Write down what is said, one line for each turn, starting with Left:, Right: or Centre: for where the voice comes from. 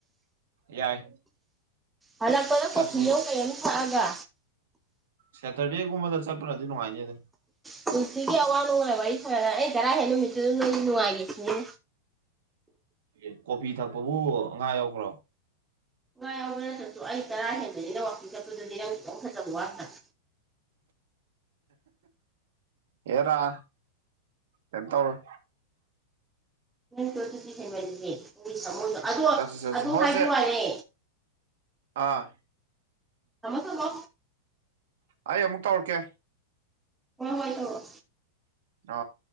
Right: ꯌꯥꯏ
Centre: ꯍꯥꯜꯂꯛꯄꯗ
Right: ꯆꯠꯁꯤ
Centre: ꯀꯣꯐꯤ ꯑꯃ ꯐꯖꯅꯥ ꯊꯥꯛꯑꯒ
Right: ꯁꯦꯇꯔꯗꯦꯒꯨꯝ ꯆꯠꯄꯅꯗꯤ ꯅꯨꯡꯉꯥꯏꯅꯤ ꯑꯗꯨ
Centre: ꯄꯨꯟꯁꯤꯒꯤ ꯑꯋꯥ ꯅꯨꯡꯉꯥꯏ ꯋꯥꯔꯤ ꯁꯅꯔ ꯑꯩ ꯆꯔꯥ ꯍꯦꯛ ꯅꯨꯃꯤꯠꯇꯨꯗ ꯅꯣꯏ ꯅꯨꯡꯉꯥꯏꯒꯦꯁꯤꯅꯦ
Right: ꯐꯦ ꯀꯣꯐꯤ ꯊꯛꯄꯕꯨ ꯉꯥ ꯌꯎꯈ꯭ꯔꯣ
Centre: ꯉꯥ ꯌꯥꯎꯕ ꯅꯠꯇꯔꯥꯁꯨ ꯑꯩꯅ ꯆꯥꯔꯥ ꯍꯦꯟꯕꯅꯤꯅ ꯋꯥꯛꯀꯤꯡ ꯆꯠꯄꯗꯨꯗꯤ ꯈꯤꯇꯪ ꯐꯖꯕ ꯋꯥꯠꯇꯔꯥ
Right: ꯍꯦꯔꯥ ꯀꯦꯝ ꯇꯧꯔꯣꯢ
Centre: ꯆꯊꯁꯤꯁꯔꯤ <inaudible> ꯅꯣꯢ ꯊꯥꯃꯣꯏꯗꯣ ꯑꯗꯣ
Right: ꯆꯠꯁꯤ ꯆꯠꯁꯤ
Centre: ꯑꯗꯨ
Right: ꯍꯣ
Centre: ꯍꯥꯏꯕ
Right: ꯆꯦ
Centre: ꯋꯥꯅꯦ
Right: ꯑꯥ
Centre: ꯊꯝꯃꯣ ꯊꯝꯃꯣ
Right: ꯑꯩ ꯑꯃꯨꯛ ꯇꯧꯔꯛꯀꯦ
Centre: ꯍꯣꯏ ꯍꯣꯏ ꯇꯧꯔꯛꯑꯣ
Right: ꯑ